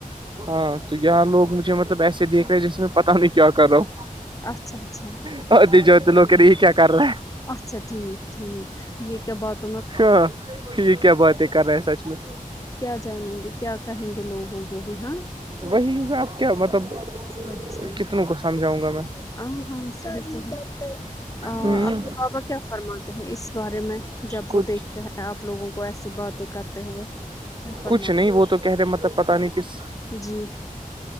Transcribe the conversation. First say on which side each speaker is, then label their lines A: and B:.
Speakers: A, on the right; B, on the left.
A: ہاں تو یہاں لوگ مجھے مطلب ایسے دیکھ رہے جیسے میں پتا نہیں کیا کر رہا ہوں
B: اچھا اچھا
A: <inaudible> لوکی کیا کر رہا ہے
B: اچھا ٹھیک ٹھیک یہ کیا بات
A: ہاں یہ کیا بات ہے کر رہے ہیں سچ میں
B: کیا جانیں گے کیا کہیں گے لوگوں کو بھی ہاں
A: وہی آپ کیا مطلب
B: سچ میں
A: کتنوں کو سمجھاؤں گا میں
B: ہاں سر <inaudible> اب
A: ہ
B: کے بابا کیا فرماتے ہیں اس بارے میں جب
A: کچھ
B: وہ دیکھتے ہیں آپ لوگوں کو ایسی باتیں کرتے ہوئے کیا فرماتے
A: کچھ نہیں وہ تو کہہنے ہیں مطلب پتا نہیں کس
B: جی